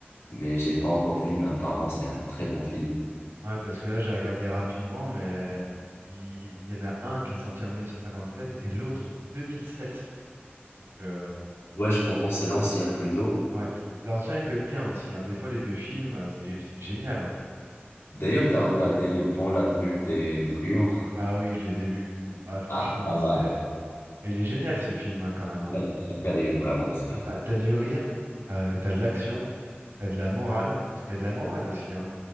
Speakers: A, on the left; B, on the right.
A: mais je l'ai pas encore vu, mais apparemment, c'est un très bon film.
B: Ah Ouais, parce que là, j'ai regardé rapidement, mais il, il y en a un qui est sorti en 1957 et l'autre en 2007. Donc, euh,
A: Ouais, je pense que c'est l'ancien plutôt.
B: ouais, faut- l'ancien, il peut être bien aussi. hein. Des fois, les vieux films, euh, c'est gé- c'est génial. hein.
A: D'ailleurs, t'as regardé Le Bon, la Brute et le Truand.
B: Ah oui, je les ai vus, mais c'est- ah, franchement,
A: Ah, pas
B: c'est.
A: mal.
B: ah, il est génial ce film hein, quand même. hein.
A: Ça, ça fait rire vraiment ça.
B: Bah, t'as du rire, euh, t'as de l'action, t'as de la morale, parce qu'il y a de la morale aussi. hein.